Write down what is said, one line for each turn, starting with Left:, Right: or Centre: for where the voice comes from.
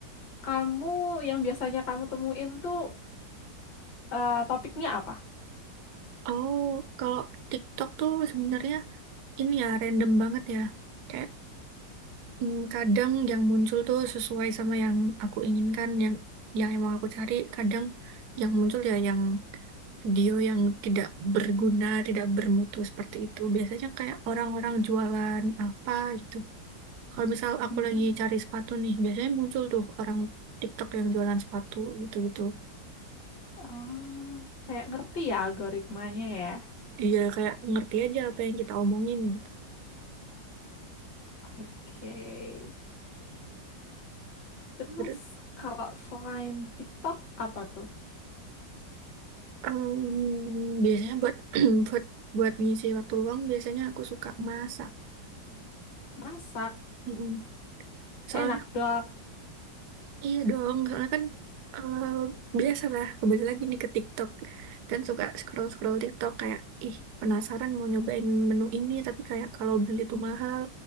Left: kamu yang biasanya kamu temuin tuh eh, topiknya apa?
Right: Oh, kalau TikTok tuh sebenarnya ini ya random banget ya. Kayak Hmm, kadang yang muncul tuh sesuai sama yang aku inginkan, yang yang emang aku cari. Kadang yang muncul ya yang video yang tidak berguna, tidak bermutu seperti itu. Biasanya kayak orang-orang jualan apa gitu. Kalau misal aku
Left: Hmm,
Right: lagi cari sepatu nih, biasanya muncul tuh orang TikTok yang jualan sepatu gitu-gitu.
Left: ah, kayak ngerti ya algoritmanya ya.
Right: iya kayak ngerti aja apa yang kita omongin gitu.
Left: Oke. Terus
Right: Terus,
Left: kalau selain TikTok apa tuh?
Right: em, biasanya buat <clears throat> buat buat ngisi waktu luang, biasanya aku suka masak.
Left: Masak,
Right: <laughs> Mm-mm. Soalnya
Left: enak dong.
Right: Iya dong, soalnya kan eh, biasalah kembali lagi nih ke TikTok kan suka scroll scroll TikTok kayak ih penasaran mau nyobain menu ini tapi kayak kalau beli tuh mahal